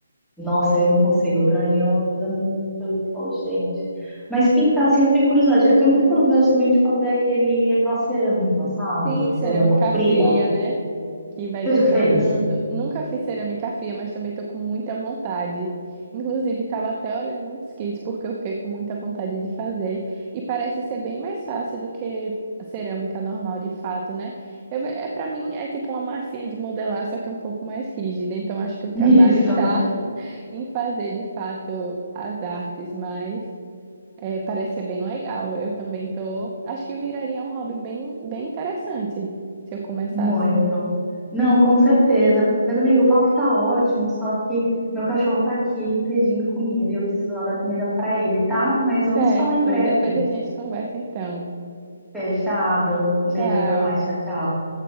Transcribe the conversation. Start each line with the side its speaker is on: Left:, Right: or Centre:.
Centre: Nossa, eu não consigo. Pra mim é uma coisa muito. Eu falo, gente. Mas pintar, assim, eu tenho curiosidade. Eu tenho muita curiosidade também de fazer aquele, aquela cerâmica, sabe?
Right: sim, cerâmica
Centre: Cerâmica
Right: fria,
Centre: fria.
Right: né? que vai
Centre: Você
Right: decorando.
Centre: já fez?
Right: Nunca fiz cerâmica fria, mas também tô com muita vontade. Inclusive, estava até olhando uns kits, porque eu fiquei com muita vontade de fazer. E parece ser bem mais fácil do que a cerâmica normal, de fato, né? Eu, ve- é, para mim, é tipo uma massinha de modelar, só que um pouco mais rígida. Então, acho que o
Centre: Isso,
Right: trabalho tá
Centre: <laughs>
Right: <laughs> em fazer, de fato, as artes, mas... é, parece ser bem legal. Eu também tô. Acho que viraria um hobby bem, bem interessante se eu começasse.
Centre: muito. Não, com certeza. Mas, amigo, o papo tá ótimo, só que meu cachorro tá aqui pedindo comida e eu preciso lá dar comida pra ele, tá? Mas vamos
Right: Certo,
Centre: falar em breve.
Right: depois a gente conversa então.
Centre: Fechado. Um
Right: Tchau.
Centre: beijo, até mais. Tchau, tchau.